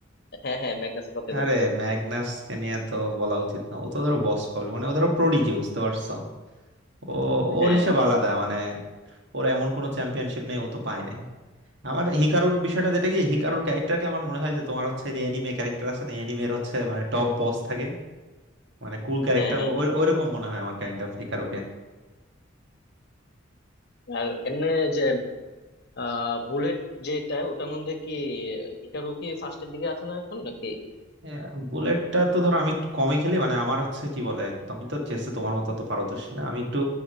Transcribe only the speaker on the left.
হ্যাঁ হ্যাঁ ম্যাগনাসের কথা
বলতেছি
হ্যাঁ
হ্যাঁ হ্যাঁ হ্যাঁ।
আর এমনি যে আহ বুলেট যেটা ওটার মধ্যে কি হিটারু কি ফার্স্টের দিকে আছে না এখন নাকি